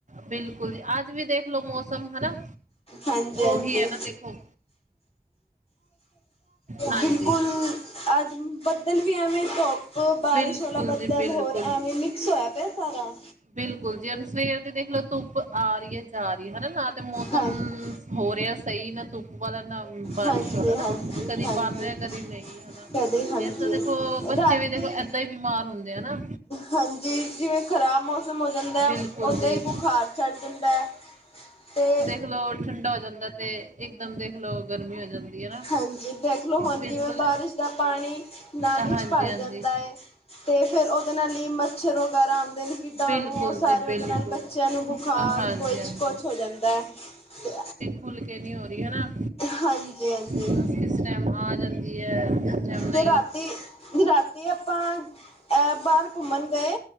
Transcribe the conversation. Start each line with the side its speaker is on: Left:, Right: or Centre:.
Right: ਬਿਲਕੁਲ, ਅੱਜ ਵੀ ਦੇਖਲਉ ਮੌਸਮ ਹਨਾ,
Left: ਹਾਂਜੀ ਹਾਂਜੀ
Right: ਉਹੀ ਹੈ ਨਾ ਦੇਖੋ। ਹਾਂਜੀ
Left: ਬਿਲਕੁਲ ਅੱਜ ਬੱਦਲ਼ ਵੀ ਐਵੇਂ ਧੁੱਪ ਬਾਰਿਸ਼
Right: ਬਿਲਕੁਲ
Left: ਵਾਲਾ ਬੱਦਲ,
Right: ਜੀ ਬਿਲਕੁਲ
Left: ਹੋਰ ਐਵੇਂ ਮਿਕਸ ਹੋਇਆ ਪਿਆ ਸਾਰਾ।
Right: ਬਿਲਕੁਲ ਜੀ, ਹੁਣ ਸਵੇਰ ਦੀ ਦੇਖ ਲੋ ਧੁੱਪ ਆ ਰਹੀ ਐ, ਜਾ ਰਹੀ ਐ, ਹਨਾ ਨਾ ਤੇ ਮੌਸਮ
Left: ਹਾਂਜੀ
Right: ਹੋ ਰਿਹਾ ਸਹੀ ਨਾ ਧੁੱਪ ਵਾਲ ਨਾ ਬਾਰਿਸ਼
Left: ਹਾਂਜੀ
Right: ਹੋ
Left: ਹਾਂਜੀ
Right: ਕਦੀ
Left: ਹਾਂਜੀ
Right: ਬਣ ਰਿਹਾ ਕਦੀ ਨਹੀਂ ਹਨਾ,
Left: ਕਦੇ ਹਾਂਜੀ
Right: ਇਸ ਤਰ੍ਹਾਂ ਦੇ ਦੇਖੋ ਬੱਚੇ
Left: ਰਾਤੀ
Right: ਵੀ ਦੇਖੋ ਏਦਾਂ ਹੀ ਬਿਮਾਰ ਹੁੰਦੇ ਆ ਹੈਨਾ।
Left: ਹਾਂਜੀ ਜਿਵੇਂ ਖ਼ਰਾਬ ਮੌਸਮ ਹੋ ਜਾਂਦਾ
Right: ਬਿਲਕੁਲ
Left: ਉੱਦਾਂ
Right: ਜੀ
Left: ਹੀ ਬੁਖਾਰ ਚੜ੍ਹ ਜਾਂਦਾ ਤੇ
Right: ਚਲੋ ਠੰਡਾ ਹੋ ਜਾਂਦਾ ਤੇ ਇੱਕਦਮ ਦੇਖ ਲਓ ਗਰਮੀ ਹੋ ਜਾਂਦੀ ਹੈ ਨਾ
Left: ਹਾਂਜੀ ਦੇਖਲੋ ਹੁਣ
Right: ਬਿਲਕੁਲ
Left: ਜਿਵੇਂ ਬਾਰਿਸ਼ ਦਾ ਪਾਣੀ ਨਾਲੀ
Right: ਹਾਂਜੀ
Left: ਚ ਭਰ
Right: ਹਾਂਜੀ
Left: ਜਾਂਦਾ ਹੈ ਤੇ ਫਿਰ ਉਹਦੇ ਨਾਲ ਹੀ ਮੱਛਰ ਵਗੈਰਾ ਆਉਂਦੇ ਨੇ ਕੀਟਾਣੂਂ
Right: ਬਿਲਕੁਲ
Left: ਬਹੁੱਤ ਸਾਰੇ
Right: ਜੀ ਬਿਲਕੁਲ
Left: ਉਹਦੇ ਨਾਲ ਬੱਚਿਆਂ ਨੂੰ ਬੁਖਾੱਰ
Right: ਅ, ਹਾਂਜੀ
Left: ਕੁਝ
Right: ਹਾਂਜੀ
Left: ਕੁੱਛ ਹੋ ਜਾਂਦਾ ਹੈ ਤੇ
Right: ਭੁੱਲ ਕੇ ਨਹੀਂ ਹੋ ਰਹੀ ਹਨਾ
Left: ਹਾਂਜੀ ਹਾਂਜੀ
Right: ਬਸ ਕਿਸ ਟਾਈਮ ਆ ਜਾਂਦੀ ਹੈ ਟਾਈਮ ਨਹੀਂ
Left: ਤੇ ਰਾਤੀ ਰਾਤੀ ਆਪਾਂ ਅ ਬਾਹਰ ਘੁੰਮਣ ਗਏ